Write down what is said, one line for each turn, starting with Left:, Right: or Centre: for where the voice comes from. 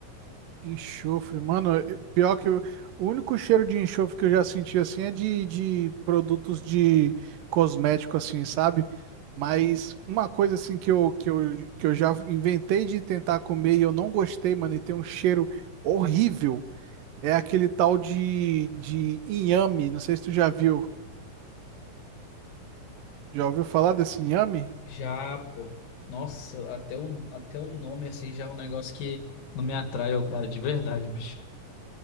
Right: Enxofre, mano, eh, pior que eu- o único cheiro de enxofre que eu já senti assim é de, de produtos de cosmético, assim, sabe? Mas uma coisa assim que eu, que eu, que eu já inventei de tentar comer e eu não gostei, mano, e tem um cheiro horrível, é aquele tal de, de inhame. Não sei se tu já viu. Já ouviu falar desse inhame?
Left: Já, pô, nossa, até o, até o nome, assim, já é um negócio que não me atrai, ô cara, de verdade, bicho.